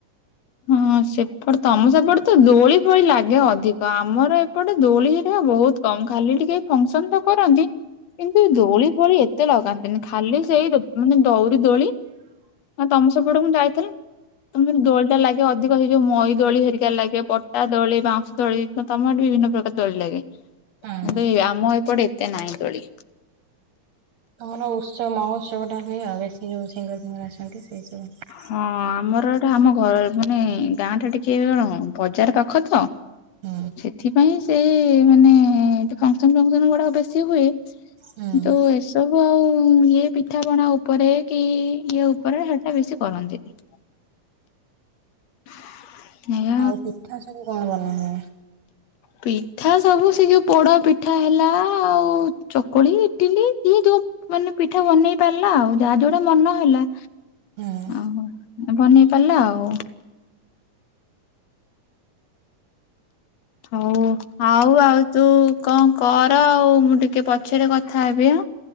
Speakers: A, on the left; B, on the right.
A: ହଁ ସେପଟେ ତମ ସେପଟେ ତ ଦୋଳି ଭଳି ଲାଗେ ଅଧିକ, ଆମର ଏପଟେ ଦୋଳି ହେରି ବହୁତ କ ଖାଲି ଟିକେ ଫସନ ତ କରନ୍ତି କିନ୍ତୁ ଦୋଳି ଫୋଳି ଏତେ ଲଗାନ୍ତିନି, ଖାଲି ସେଇ ମାନେ ଦଉରି ଦୋଳି ନା ତମ ସେପଟକୁ ଯାଇଥିଲ ତମେ ଦୋଳି ଲାଗେ ଅଧିକ ସେଇ ଯୋଉ ମଇ ଦୋଳି ହେରିକା ଲାଗେ ପଟା ଦୋଳି ବାଉଁ ଦୋଳି ତମରଠ ବିଭିନ୍ନ ପ୍ରକାର ଦୋଳି ଲାଗେ କିନ୍ତୁ
B: ହଁ।
A: ଏ ଆମ ଏପଟେ ଏତେ ନାହିଁ ଦୋଳି।
B: ତମର ଉତ୍ସବ ମହୋତ୍ସବ ଟା ହୁଏ ଆଉ ବେଶୀ ଯୋଉ ସିଙ୍ଗ ଫିଙ୍ଗର ଆସନ୍ତି ସେଇ ସବୁ।
A: ହଁ ଆମର ଏଟା ଆମ ଘ ମାନେ ଗାଁ ଟା ଟିକେ କଣ ବଜାର ପାଖ ତ।
B: ହୁଁ
A: ସେଥିପାଇଁ ସେ ମାନେ ଫଙ୍କସନ ଫଙ୍କସନ ଗୁଡାକ ବେଶୀ ହୁଏ
B: ହୁଁ।
A: <unintelligible> ସବୁ ଆଉ ଇଏ ପିଠା ପଣା ଉପରେ କି ଇଏ ଉପରେ ସେଟା ବେଶୀ କରନ୍ତିନି। <unintelligible>
B: ଆଉ ପିଠା ସବୁ କଣ ବନାନ୍ତି?
A: ପିଠା ସବୁ ସେ ଯୋଉ ପୋଡା ପିଠା ହେଲା ଆଉ ଚକୁଳି ଇଟିଲି ଇଏ ଯୋଉ ମାନେ ପିଠା ବନେଇ ପାରିଲା ଆଉ ଯାହା ଯୋଉଟା ମନ ହେଲା।
B: ହୁଁ।
A: ଓ ବନେଇ ପାରିଲା ଆଉ। ହଉ ଆଉ ଆଉ ତୁ କଣ କର ଆଉ ମୁଁ ଟିକେ ପଛରେ କଥା ହେବି ଆ।